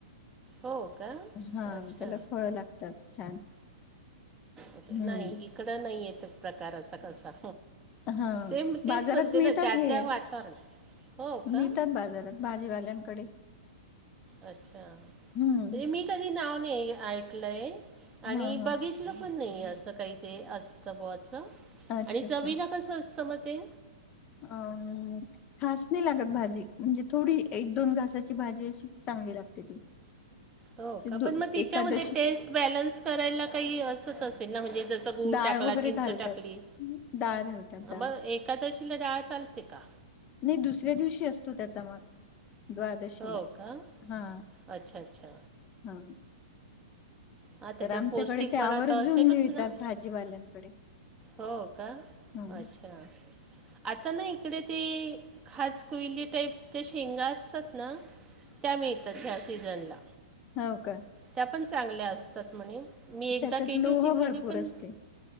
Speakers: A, on the right (about 20°); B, on the left (about 30°).
A: हो का?
B: हा
A: अच्छा
B: त्याला फळं लागतात छान
A: े
B: हम्म
A: नाही इकडं नाही आहेेत प्रकार असा कसा
B: हा
A: ते
B: बाजारात
A: तेच म्हणते
B: मिळतात
A: ना त्या
B: हे
A: त्या वातावरण हो
B: मिळतात
A: का
B: बाजारात भाजीवाल्यांकडे
A: अच्छा
B: हम्म
A: ते मी कधी नाव नाही ऐकलंय आणि
B: हा हा
A: बघि लं पण नाही असं काही ते असतं ब असं
B: अच्छा
A: आणि
B: अच्छा
A: चवीला कस असतं मग ते
B: अ खास नाही लागत भाजी म्हणजे थोडी एक दोन घासाची भाजी अशी चांगली लागते ती
A: हो
B: ते
A: का
B: दो
A: पण मग तिच्यामध्ये
B: एकादशीची
A: टेस्ट बॅलन्स करायला काही असत असेल ना म्हणजे जस गूळ
B: डाळ
A: टाकला
B: वगैरे
A: चिंच
B: घालतात
A: टाकली
B: डाळ घालतात डाळ
A: ब एकादशीला डाळ चालते का
B: नाही दुसऱ्या दिवशी असतो त्याचा मन द्वादशीला
A: हो का
B: हा
A: अच्छा अच्छा
B: हा
A: ह
B: तर
A: त्याच्यात
B: आमच्याकडे
A: पौष्टिकपणा
B: ते आवर्जून
A: आता असेलच
B: मिळतात
A: ना
B: भाजीवाल्यांकडे
A: हो का
B: हं.
A: अच्छा अच् आता ना इकडे ते खाज कुईली टाईपच्या शेंगा असतात ना त्या मिळतात ह्या सीजनला
B: हाव काय
A: त्या पण चांगल्या असतात म्हणे मी एकदा
B: त्याच्यात
A: केली
B: लोह
A: होती
B: भरपूर
A: भाजी पण
B: असते